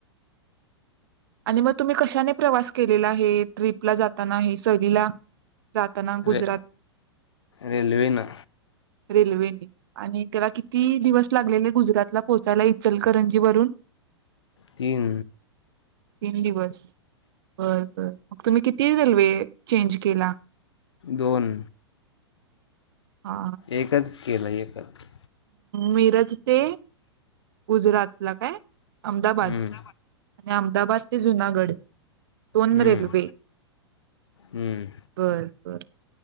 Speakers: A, on the right (about 55°); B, on the left (about 75°).
A: आणि मग तुम्ही कशाने प्रवास केलेला हे ट्रिपला जाताना हे सहलीला? जाताना गुजरात
B: रे रेल्वेने
A: रेल्वेने आणि त्याला किती दिवस लागलेले गुजरातला पोहोचायला इचलकरंजीवरून?
B: तीन.
A: तीन दिवस बरं बरं मग तुम्ही किती रल्वे चेंज केला?
B: दोन.
A: हा
B: एकच केलं एकच
A: मिरज ते गुजरातला काय? अहमदाबाद.
B: हम्म,
A: अहमदाबाद ते जुनागढ. दोन
B: हम्म,
A: रेल्वे
B: हम्म.
A: बरं. बर